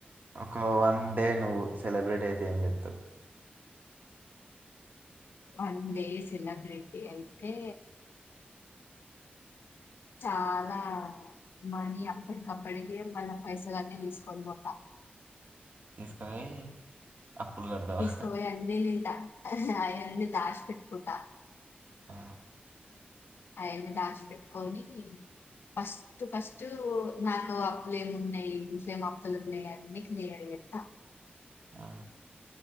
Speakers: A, on the right; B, on the left.
A: ఒక వన్ డే నువ్వు సెలబ్రేట్ అయితే ఏం చెత్తావ్?
B: వన్ డే సెలబ్రిటీ అయితే చాలా మనీ అప్పటికప్పటికే మళ్ళ పైసలు అన్నీ తీసుకొని పోతా
A: తీసుకుపోయి అప్పులు కడతావా
B: తీసుకపోయి అన్ని తింటా అయన్నీ దాచి పెట్టుకుంటా
A: ఆ
B: అయన్ని దాచిపెట్టుకోని ఫస్ట్ ఫస్ట్ నాకు అప్పులేమున్నాయి ఇంట్లో ఏమి అప్పులు ఉన్నాయి అన్నీ క్లియర్ ఇత్తా
A: ఆ